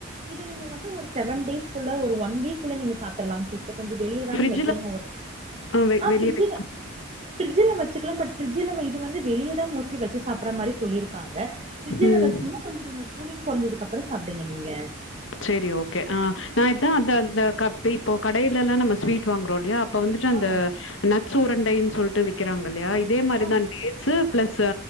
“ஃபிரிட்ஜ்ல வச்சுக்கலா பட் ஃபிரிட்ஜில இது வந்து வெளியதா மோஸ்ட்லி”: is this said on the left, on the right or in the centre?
Right